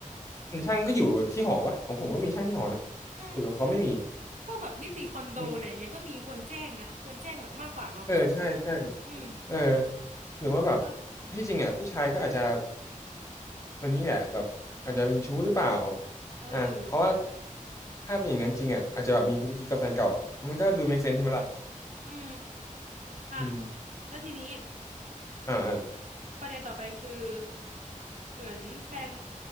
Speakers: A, on the left; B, on the right.
A: ช่างก็อยู่ที่หอปะของผมก็มีช่างที่หอนะ
B: อืม
A: หรือเขาไม่มี
B: พวกแบบนิติคอนโดอะไรอย่างเงี้ยก็มีควรแจ้งนะควรแจ้งแบบมากกว่าเนาะ
A: อืมเออใช่ใช่
B: อืม
A: เออหรือว่าแบบ
B: แล้ว
A: ที่จริงอ่ะผู้ชายก็อาจจะ ตัวนี้เนี่ยแบบอาจจะเป็นชู้หรือเปล่า
B: เออ
A: อ่ะเพราะว่าถ้าเป็นอย่างนั้นจริงอ่ะอาจจะแบบมีกุ๊กกิ๊กกับแฟนเก่าอ่ะมันก็ดู
B: อืม
A: make sense ใช่ไหมล่ะ
B: อืมอ่ะ
A: อืม
B: แล้วทีนี้
A: อ่าอ่า
B: ประเด็นต่อไปคือเหมือนแฟน